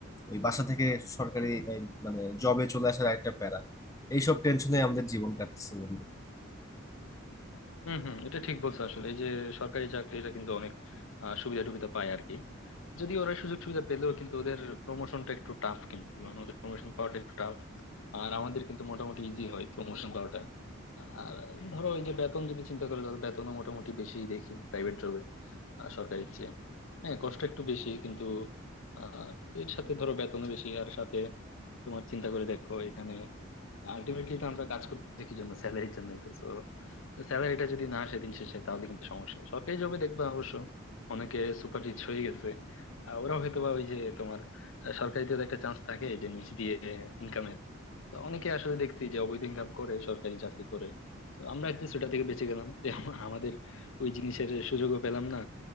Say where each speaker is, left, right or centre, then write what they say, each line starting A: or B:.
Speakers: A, on the left; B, on the left.
A: ওই বাসা থেকে সরকারি এই, মানে জবে চলে আসার একটা প্যারা এইসব টেনশনে আমাদের জীবন কাটতেছে বন্ধু
B: হম হম এটা ঠিক বলছো আসলে এই যে সরকারি চাকরিরা কিন্তু অনেক আহ, সুবিধা টুবিধা পায় আর কি যদি ওরা সুযোগ সুবিধা পেলেও কিন্তু ওদের প্রমোশনটা একটু টাফ কিন্তু মানে ওদের প্রমোশন পাওয়াটা একটু টাফ আর আমাদের কিন্তু মোটামুটি ইজি হয় প্রমোশন পাওয়াটা আর ধরো এই যে বেতন যদি চিন্তা করো তাহলে বেতনও মোটামুটি বেশি দেখি প্রাইভেট জবে সরকারির চেয়ে হ্যাঁ কষ্ট একটু বেশি কিন্তু আহ এর সাথে ধরো বেতনও বেশি আর সাথে তোমার চিন্তা করে দেখো এখানে আলটিমেটলি তো আমরা কাজ করতেছি কি জন্য স্যালারির জন্যই তো তো স্যালারিটা যদি না আসে দিন শেষে তাহলে কিন্তু সমস্যা সরকারি জবে দেখবা অবশ্য অনেকে সুপার রিচ হয়ে গেছে আহ, ওরা হয়তো বা ওই যে তোমার আহ, সরকারিতে তো একটা চান্স থাকে যে নিচ দিয়ে ইনকামের তো অনেকে আসলে দেখছি যে অবৈধ ইনকাম করে সরকারি চাকরি করে তো আমরা অ্যাটলিস্ট ওটা থেকে বেঁচে গেলাম <laughs> যে আম- আমাদের ওই জিনিসের সুযোগও পেলাম না